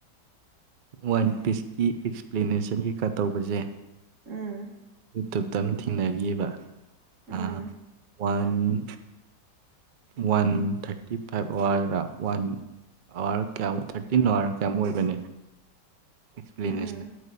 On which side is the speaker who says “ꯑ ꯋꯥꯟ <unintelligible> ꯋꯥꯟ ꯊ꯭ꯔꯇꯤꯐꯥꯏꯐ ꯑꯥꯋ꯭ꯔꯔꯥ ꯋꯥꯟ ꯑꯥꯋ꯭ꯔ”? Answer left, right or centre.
Right